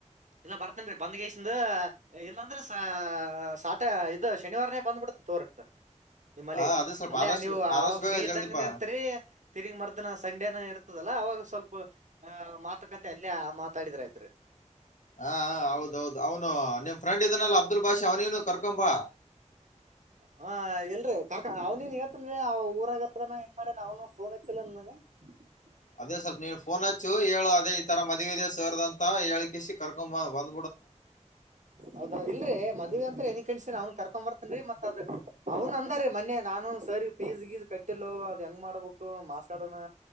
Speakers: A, on the right; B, on the left.
A: ಇಲ್ಲ ಬರ್ತೀನ್ ರೀ ಬಂದ್ಗೈಸಂದು ಇಲ್ಲಾಂದ್ರೆ ಸಾಟ ಇದು ಶನಿವಾರನೇ ಬಂದ್ಬಿಡ್ತ್ ತೋರಕ್ ನಿಮ್ಮಲ್ಲಿಗೆ
B: ಹಾ ಅದೇ ಸ್ವಲ್ಪ
A: ಅಲ್ಲೇ
B: ಆದಷ್ಟು
A: ನೀವು ಅವಾಗ
B: ಆದಷ್ಟು ಬೇಗ
A: ಫ್ರೀ ಇದ್ದಂಗನೂ
B: ಜಲ್ದಿಪ್ಪ
A: ಇರ್ತಿರಿ ತಿರ್ಗ್ ಮರ್ಸದಿನ ಸಂಡೇನ ಇರ್ ತದಲ್ಲ ಅವಾಗ ಸ್ವಲ್ಪ ಹ ಮಾತುಕತೆ ಅಲ್ಲೇ ಮಾತಾಡಿದ್ರೆ ಆಯ್ತ್ ರೀ
B: ಹಾ ಹೌದೌದು ಅವನು ನಿಮ್ ಕರಂಕಡಿದ್ದೀನಲ್ಲ ಅಬ್ದುಲ್ ಭಾಷಾ ಅವನೇನು ಕರ್ಕೊಂಬಾ
A: ಹ ಎಲ್ರಿ ಕರ್ಕ ಅವ್ನನ್ ಇವತ್ತನ್ ಅವ ಊರಗದನ ಹೆಂಗ್ ಮಾಡೇನ ಅವ್ನು ಪೋನ್ ಹಚ್ಚಿಲ್ಲ ನನಗ ಹ <unintelligible>
B: ಅದೇ ಸ್ವಲ್ಪ ನೀನ್ ಪೋನ್ ಹಚ್ಚು ಹೇಳು ಅದೇ ಈ ತರ ಮದ್ವಿ ಇದೆ ಸರ್ ದು ಹೇಳಳ್ಸಿ ಕರ್ಕೊಂಡ್ ಬಾ ಬಂ
A: ಹೌದಾ ಇಲ್ರೀ ಮದ್ವೆೆಂತ್ ಎನ ಕಣ್ಸಿನ ಅವ್ನ್ ಕರ್ಕೊ ಬರ್ತೀನ್ ರೀ ಮತ್ ಅದ ಅವ್ನು ಅಂದ ರೀ ಮೊನ್ನೆ ನಾನು ಸರ್ ಪೀಸ್ ಗೀಜ್ ಕಟ್ಟಿಲೋ ಅದ್ ಹೆಂಗ್ ಮಾಡಬೇಕು ಮಾರ್ಕ್ಸ್ ಕಾರ್ಡ್ ಏನೋ